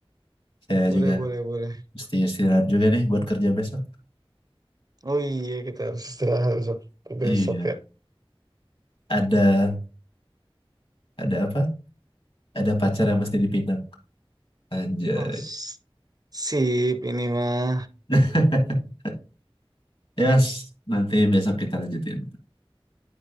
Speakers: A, on the left; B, on the right.
A: Saya
B: Boleh,
A: juga
B: boleh, boleh.
A: mesti istirahat juga nih buat kerja besok.
B: Oh iya kita harus istirahat besok, besok
A: Iya.
B: ya.
A: Ada ada apa? Ada pacar yang mesti dipinang. Anjay.
B: Mas, sip ini mah.
A: <laughs> yes Nanti besok kita lanjutin.